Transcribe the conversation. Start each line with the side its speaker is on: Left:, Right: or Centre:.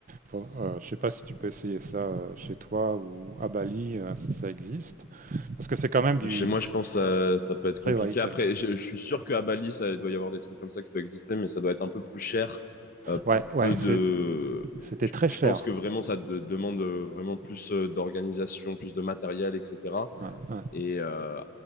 Right: Faut- euh, je sais pas si tu peux essayer ça euh, chez toi ou à Bali, euh, si ça existe. Parce que c'est quand même du,
Left: Bah, Chez moi,
Right: du
Left: je pense que ça, ça peut être
Right: très
Left: compliqué.
Right: high-tech.
Left: Après, je, je suis sûr qu'à Bali, ça doit y avoir des trucs comme ça qui doivent exister, mais ça doit être un peu plus cher euh,
Right: Ouais,
Left: pour
Right: ouais,
Left: peu de...
Right: c'est- c'était
Left: Je,
Right: très
Left: je
Right: cher.
Left: pense que vraiment, ça de- demande euh, vraiment plus euh, d'organisation, plus de matériel, etc.
Right: Ouais, ouais,
Left: Et euh,